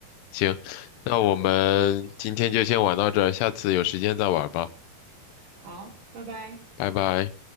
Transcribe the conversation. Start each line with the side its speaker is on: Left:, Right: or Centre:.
Left: 行，那我们今天就先玩到这儿，下次有时间再玩吧，
Right: 好，拜拜。
Left: 拜拜。